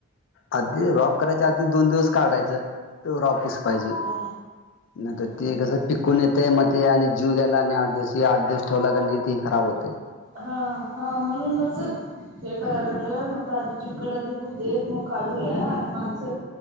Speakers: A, on the left (about 55°); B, on the right (about 80°).
A: आधी रॉप करायच्या आधी दोन दिवस काढायचं रॉपस पाहिजे
B: हा
A: न तर
B: हा
A: ते कसं पिकून येतय म ते आणि जीव गेला आणि आठ दिवस या आठ दिवस ठेवला क नाही ती खराब होतय
B: हा हा म्हणूनच हे करायला लागलंय म्हटलं आधी चिक्खल आधी होऊ देत मग काढूया आणि माणसं